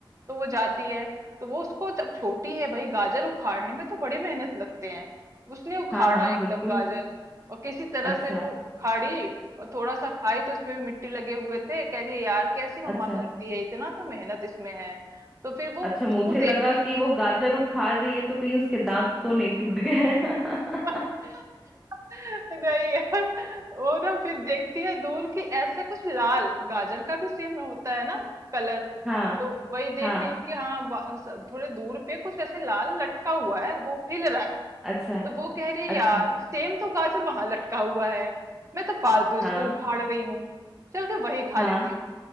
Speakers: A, on the right; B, in the centre.
A: तो वो जाती है तो वो उसको जब छोटी है भाई गाजर उखाड़ने में तो बड़ी मेहनत लगते हैं उसने उखाड़ा
B: हाँ हाँ
A: एकदम
B: बिल्कुल
A: गाजर और किसी तरह
B: अच्छा
A: से वो उखाड़ी और थोड़ा सा खाई तो उसमें भी मिट्टी लगे हुए थे कह रही है यार कैसी मम्मा
B: अच्छा
A: करती है इतना तो मेहनत इसमें है तो फिर वो
B: अच्छा
A: दूर
B: मुझे
A: देखती
B: लगा कि
A: है
B: वो गाजर उखाड़ रही है तो कहीं उसके दांत तो नहीं टूट गए <laughs>
A: <laughs> नहीं यार वो ना फिर देखती है दूर की ऐसे कुछ लाल गाजर का भी सेम होता है ना कलर
B: हाँ
A: तो वही देख
B: हाँ
A: रही है कि हाँ बा- स- थोड़े दूर पे कुछ ऐसे लाल लटका हुआ है वो हिल रहा है
B: अच्छा
A: तो वो कह रही है
B: अच्छा
A: यार सेम तो गाजर वहां लटका हुआ है मैं तो फालतू इसको
B: हाँ
A: उखाड़ रही हूँ चल के वही खा
B: हाँ
A: लेती हूँ